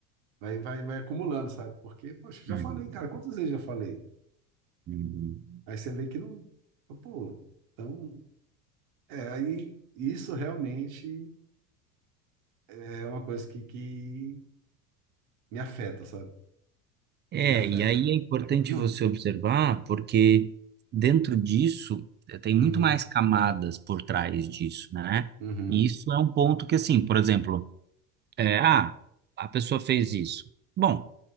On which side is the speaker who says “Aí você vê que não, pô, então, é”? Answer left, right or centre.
Right